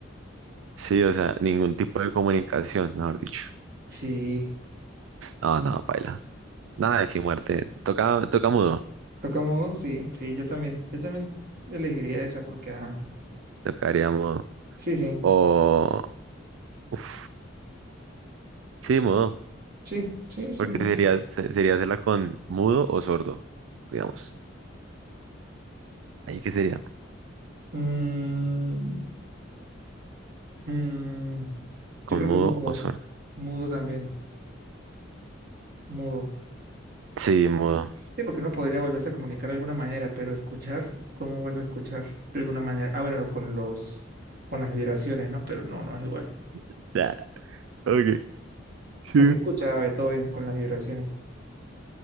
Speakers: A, on the right; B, on the right.
A: Sí, o sea, ningún tipo de comunicación, mejor dicho.
B: Sí,
A: No, no, paila. Nada de sin muerte. Toca, toca mudo.
B: toca mudo, sí, sí, yo también, yo también elegiría esa porque, ajá,
A: Tocaría mudo.
B: sí, sí,
A: O. Uf, sí, mudo.
B: sí, sí, sí,
A: Porque
B: mudo.
A: sería, se- sería hacerla con mudo o sordo, digamos. ¿Ahí qué sería?
B: Mm, mm, yo
A: ¿Con
B: creo que
A: mudo
B: mudo,
A: o sordo?
B: mudo también, mudo.
A: Sí, mudo.
B: Sí, porque no podría volverse a comunicar de alguna manera, pero escuchar, ¿cómo vuelve a escuchar de alguna manera? Ah, bueno, con los, con las vibraciones, ¿no? Pero no, no es igual.
A: <laughs> Ok, sí.
B: Así escuchaba Beethoven con las vibraciones.